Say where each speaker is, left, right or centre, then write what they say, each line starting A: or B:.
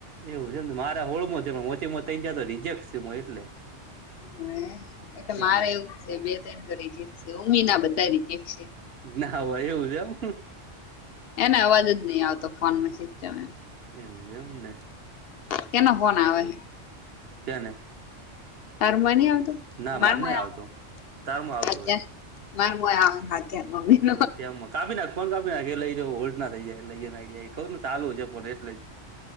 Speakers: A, on the right; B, on the left.
A: એવું છેમ મારા હોળમાં છે ઓચી ત જ રિજેક્ટ છે એટલે
B: હ એટલે
A: ત્યાંમાં
B: મારે એવું છે બે તો એ કરી છે. સમીના બધા રિજેક્ટ છે.
A: ના હોય એવું છે એમ
B: એને અવાજ જ નહી આવતો ફોન માં સિસ્ટમ એમ
A: એવું છે એમ ને
B: કેનો ફોન આવે છે.
A: કેને
B: તારમાં નઈ આવતો
A: ના
B: મારમાંય
A: મારે નહિ આવતો
B: આવે
A: તારમાં આવતો
B: અત્યાર
A: હશે
B: <inaudible> <unintelligible>
A: તો ત કાપી નાખ ફો કાપી નાખે લઈ હોલ્ટ ના થઈ જાય લઈએ ને કઉને ચાલુ છે પણ એટલે